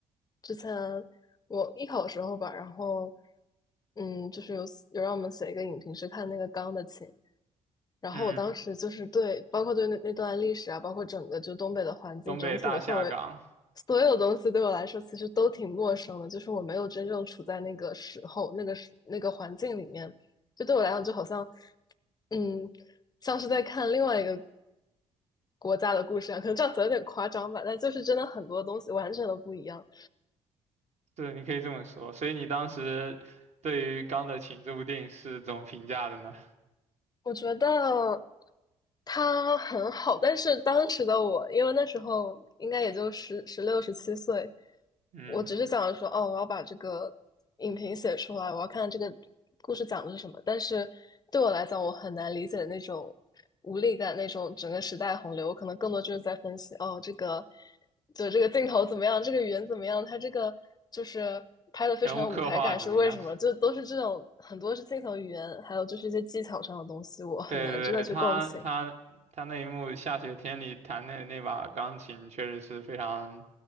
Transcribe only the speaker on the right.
嗯，
东北大下岗，
对，你可以这么说。所以你当时对于《钢的琴》这部电影是怎么评价的呢？
嗯。
人物刻画怎么样？
<laughs>
对对对，他他他那一幕下雪天里弹那那把钢琴，确实是非常